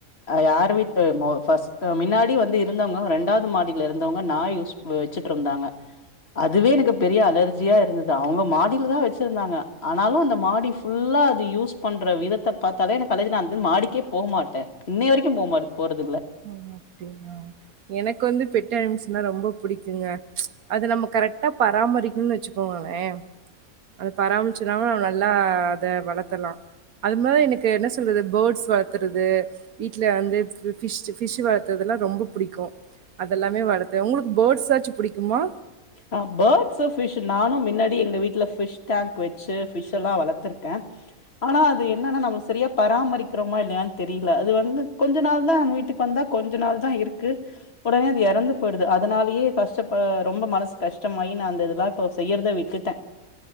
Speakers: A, on the left; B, on the right.
A: யார் வீட்டு மெ ஃபர்ஸ்ட் மின்னாடி வந்து இருந்தவங்க ரெண்டாவத் மாடியில இருந்தவங்க நாய் யூஸ் வச்சிட்டு இருந்தாங்க அதுவே எனக்கு பெரிய அலர்ஜியா இருந்தது அவங்க மாடியில தா வச்சிருந்தாங்க ஆனாலூ அந்த மாடி ஃபுல்லா அது யூஸ் பண்ற விதத்தை பார்த்தாலே எனக்கு அலர்ஜினா நா வந்து மாடிக்கே போவ் மாட்டே இன்னய வரைக்கூ போவ் மாட் போனது இல்ல
B: அவ்ங்க அப்டீங்ளா எனக்கு வந்து பெட் அனிமிஸ்ல்னா ரொம்ப பிடிக்குங்க அதை நம்ம கரெக்டா பராமரிக்கணுன்னு வச்சு ங்ளோ போங்களே அத பராமச்சுனால நல்லா அத வளர்த்தலா அது மாதிரி எனக்கு என்ன சொல்றது பேர்ட்ஸ் வள்த்துறது வீட்டில் வந்து ஃபிஷ் ஃபிஷூ வளர்த்ததுல்லா ரொம்ப புடிக்கும் அதெல்லாமே வளர்த்தே உங்களுக்கு பேர்ட்ஸாச்சூ பிடிக்குமா
A: ஆ பேர்ட்ஸ் அ ஃபிஷ் நானூ மின்னாடி எங்க வீட்டுல ஃபிஷ் டேங்க் வச்சு ஃபிஷ்ல்லா வளர்த்திருக்கே ஆனா அது என்னன்னா நம்ம சரியா பராமரிக்கிறோமா இல்லையான் தெரியல அது வந்து கொஞ்ச நாள் தா வீட்டுக்கு வந்தா கொஞ்ச நாள் தா இருக்கு உடனே அது எறந்து போயிடுது அதனாலயே கஷ்டப்ப ரொம்ப மனசு கஷ்டமாயி நா அந்த இதெல்லா இப்ப செய்யறதை விட்டுட்டே